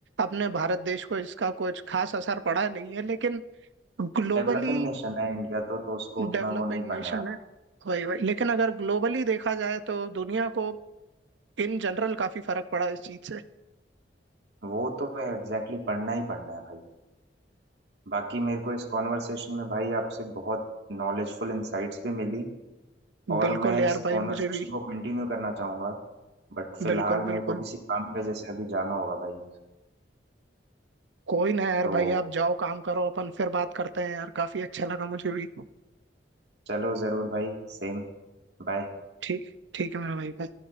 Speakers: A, on the right (about 85°); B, on the right (about 65°).
A: अपने भारत देश को इसका कुछ खास असर पड़ा नहीं है लेकिन ग्लोबली
B: डेवलपिंग नेशन है इंडिया तो तो उसको उतना
A: डेवलपिंग
B: वो नहीं
A: नेशन
B: पढ़ने वाला
A: है वही वही लेकिन अगर ग्लोबली देखा जाए तो दुनिया को इन जनरल काफी फर्क पड़ा इस चीज से
B: वो तो एग्जैक्टली exactly पढ़ना ही पढ़ना है भाई बाकी मेरे को इस कॉन्वर्सेशन में भाई आपसे बहुत नॉलेजफुल इंसाइट्स भी मिली और
A: बिल्कुल
B: मैं
A: यार
B: इस
A: भाई
B: कॉन्वर्सेशन
A: मुझे भी
B: को कंटिन्यू करना चाहूंगा बट फिलहाल
A: बिल्कुल बिल्कुल
B: मेरे को किसी काम की वजह से अभी जाना होगा भाई
A: कोई ना यार
B: तो
A: भाई आप जाओ काम करो अपन फिर बात करते हैं यार काफी अच्छा लगा मुझे भी
B: चलो ज़रूर भाई सेम बाय
A: ठीक ठीक है मेरा भाई bye।